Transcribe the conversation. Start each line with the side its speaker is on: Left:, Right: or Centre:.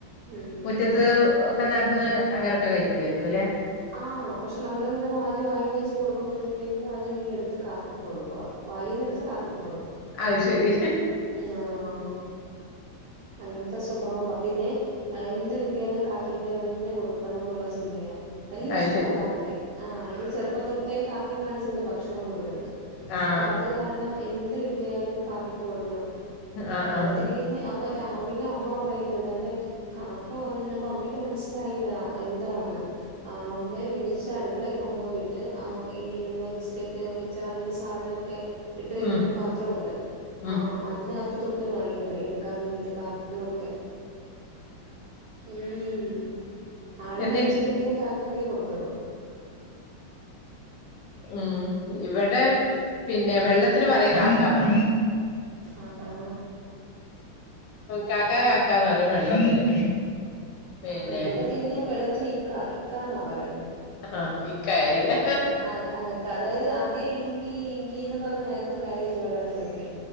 Right: ഉം
Left: മുറ്റത്ത് ഒക്കെ നടന്ന് അങ്ങനൊക്കെ കഴിക്കുവായിരിക്കുല്ലെ
Right: ആഹ് പക്ഷെ നമ്മളിങ്ങനെ വാരി വായില് വെച്ച് കൊടുക്കുമ്പഴത്തേക്ക് അത്ങ്ങനെ എടുത്ത് കാക്കക്ക് കൊടുക്കുവാ വായിന്ന് എടുത്ത് കാക്കക്ക്‌ കൊടുക്കും
Left: അത് ശരി
Right: <unintelligible> അങ്ങനത്തെ സ്വഭാവവാ പിന്നെ എന്ത് കിട്ടിയാലും കാക്കയ്ക്ക് തന്നെ കൊടുക്കണ എന്നുള്ള ചിന്ത വല്യ
Left: അത്
Right: ഇഷ്ടവാ
Left: ശരി
Right: കാക്കയെ ആഹ് നമ്മള് ചെറുപ്പം തൊട്ടേ കാക്ക ക്കയെ കാണിച്ചല്ലേ ഭക്ഷണം കൊടുക്കുന്നത്
Left: ആഹ്
Right: അപ്പൊ അത് കാരണം എന്ത് കിട്ടിയാലും കാക്കക്ക് കൊടുക്കണം
Left: ആഹ്
Right: അകത്തിരിക്കുന്ന
Left: ആഹ്
Right: അ ഇപ്പൊ രാവിലെ അമ്മ പറയുന്നത് ഇതാണ്ടേ കാക്ക വന്ന് നിന്നപ്പോ അമ്മയ്ക്ക് മനസ്സിലായില്ല എന്താന്ന് ആഹ് അമ്മയെ വിളിച്ച് അടുക്കളെ കൊണ്ടുപോയിട്ട് ആഹ് ഈ നമ്മളെ ബിസ്കറ്റ് വെ ച്ചറങ്ങനെ സാധനമൊക്കെ ഇട്ട് വെക്കുന്ന
Left: ഉം
Right: പാത്രമുണ്ട്
Left: ഉം
Right: ആ അതിനകത്ത് തൊ ട്ട് കാണിക്ക്ന്നു എടുക്കാൻ വേണ്ടിട്ട് കാക്കക്ക് കൊടുക്കാൻ ഉം ആള്
Left: എന്തെങ്കെ
Right: കഴിച്ചില്ലെങ്കിലും കാക്കക്ക്
Left: <inaudible>
Right: കൊടുക്കണം
Left: ഉം ഇവിടെ പിന്നെ വെള്ളത്തിന് പറയ കാക്കാന്നാ
Right: അഹാ
Left: കാക്ക കാക്കന്നറയും വെള്ളത്തിന് പിന്നെ
Right: ആഹ് ഇവിടെ പിന്നെ വെള്ളത്തിന് ഇക്കാ ഇക്കാന്നാ പറയുന്നെ
Left: ആഹ് ഇക്ക ആയിലെ
Right: ആഹ് ആഹ് ആഹ് ഇക്ക അതായത് ഇങ്കി ഇങ്കിന്ന് പറഞ്ഞായിരുന്നു കരയുന്നെ വെള്ളത്തിനൊക്കെ